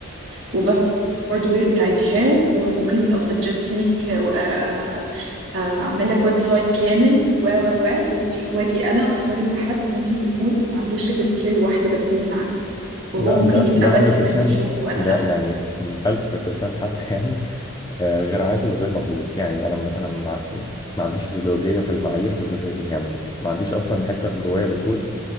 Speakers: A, on the right; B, on the left.
A: وبفهم الهاردوير بتاع الجهاز وممكن اسجست ليك آه، آه، آه، اعمل لك ويب سايت كامل و و و ويجي واجي انا اتقارن بحد ممكن يكون ما عندوش الا سكيل واحده بس من اللي عندي وهو
B: لا
A: ممكن
B: ده
A: يتقبل
B: ده 100%
A: كمان في شغل وانا
B: ده
A: لا
B: يعني 1000% حتى <laughs> يعني آه، غير عادل وغير مقبول يعني انا انا ما ما عنديش ازدواجيه في المعايير في الجزئيه دي يعني ما عنديش اصلا حته في جوايا بتقول